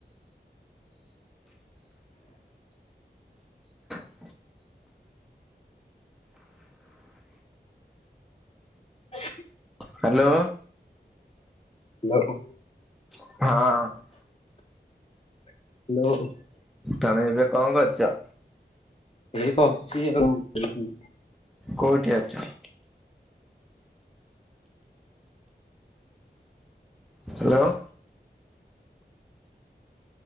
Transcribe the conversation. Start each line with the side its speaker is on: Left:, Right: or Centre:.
Centre: <inaudible> <inaudible>
Left: <inaudible>
Centre: ହାଲୋ।
Left: ହାଲୋ।
Centre: ହଁ।
Left: ହାଲୋ।
Centre: ତମେ ଏବେ କଣ କରୁଚ?
Left: ଏଇ ବସିଛି ଆଉ କ
Centre: କୋଉଠି ଅଛ? ହ୍ୟାଲୋ।